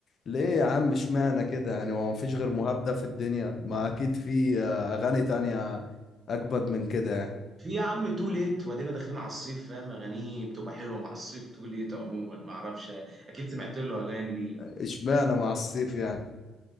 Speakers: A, on the left; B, on the right.
A: ليه يا عم اشمعنى كده يعني هو مفيش غير مهاب ده في الدنيا ما اكيد في آه، اغاني تانية اكبد من كده يعني
B: في يا عم تو ليت وادينا داخلين على الصيف فاهم اغانيه بتبقى حلوه مع الصيف تو ليت عموما ما اعرفش اكيد سمعت له اغاني ليه
A: اشمعنى مع السيف يعني